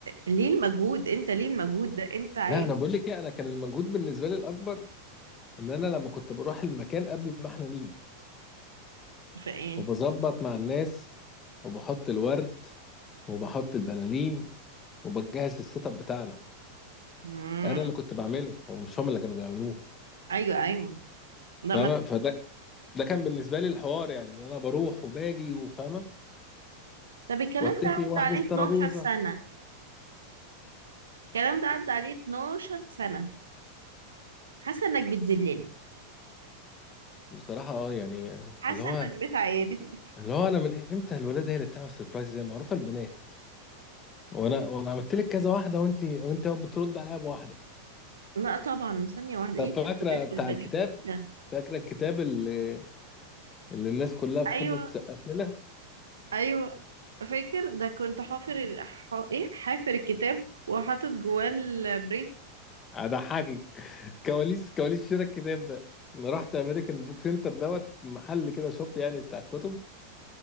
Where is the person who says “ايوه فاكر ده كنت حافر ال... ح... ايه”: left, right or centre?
Right